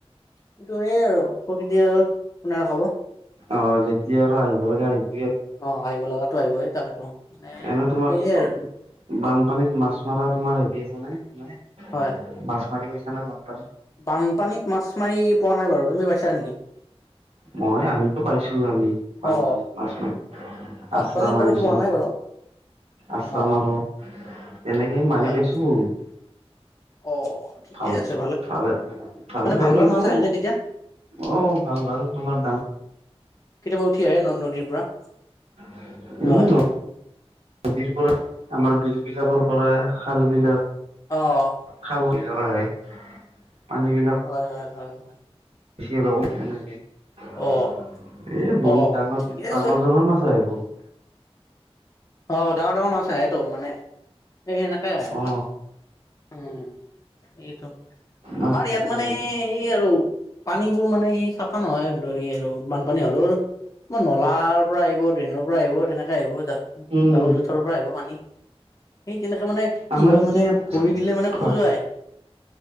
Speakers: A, on the left; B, on the right.
A: কিন্তু সেই আৰু প্ৰকৃতি আৰু কোনে ৰখাব
B: অ', যেতিয়া আৰু আহিব লাগে আহ
A: অ', আহিব লগাতো আহিবয়ে, তাকেতো। মানে
B: এনে তোমাৰ,
A: সেয়ে আৰু
B: অ-বানপানীত মাছ মাৰা তোমাৰ হেৰি আছে নে? <unintelligible>
A: হয়
B: মাছ মাৰি পাইছা নে বান?
A: বানপানীত মাছ মাৰি পোৱা নাই বাৰু। তুমি পাইছা নেকি?
B: মই আমিতো পাইছো আমি বানপানীত
A: অ
B: মাছ মাৰি,
A: বানপানীত
B: আচৰা মাৰিছো।
A: বাৰু পোৱা নাই বাৰু
B: আচৰা
A: অ
B: মাৰো, তেনেকে মাৰি
A: হয়
B: পাইছো বহুত।
A: অ ঠিকে
B: ভাল-তা,
A: আছে
B: ভালে, ভালে
A: মানে
B: লাগে
A: ভাল ভাল
B: কিন্তু
A: মাছ আহে নে তেতিয়া
B: অ', ভাল-ভাল তোমাৰ ডাঙ
A: কেতিয়াবা উঠি আহে ন' নদীৰ পৰা?
B: <unintelligible>
A: হয়
B: নদীৰ পৰা, আমাৰ বিল বিলাকৰ পৰা, খাল বিলাক
A: অ',
B: খাল আহে, পানী বিলাক
A: হয়, হয়, হয়, হয়।
B: <inaudible> এ বহুত
A: অ
B: ডাঙৰ, ডাঙৰ-ডাঙৰ
A: অ
B: মাছ
A: ঠিকে
B: আহে
A: আছে
B: বহুত।
A: অ', ডাঙৰ-ডাঙৰ মাছ আহেতো, মানে সেই সেনেকেই আহে
B: অ
A: মাছ। উম এইটো
B: মাছ
A: আমাৰ
B: বিলাক
A: ইয়াত মানে
B: আহিলে
A: সেই আৰু পানীবোৰ মানে সি চাফা নহয় স স আৰু বানপানী হলেও মই নলাৰ পৰা আহিব দিনৰ পৰা আহিব তেনেকে আহিব যাওক
B: উম
A: জাবৰ জোথৰ পৰা আহিব পানী সেই তেনে কে মানে কি
B: আমাৰ
A: হয়
B: কিন্তু
A: মানে
B: ইয়াত
A: ভৰি দিলে মানে
B: হয়
A: খোজুৱাই